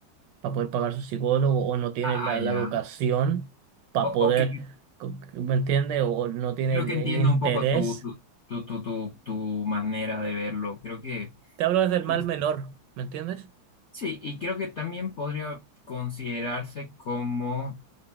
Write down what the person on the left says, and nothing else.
Ah,
ya.
O,
o que
creo
que
entiendo
un poco tu, tu, tu, tu, tu tu manera de verlo. Creo que
tú
Sí, y creo que también podría considerarse como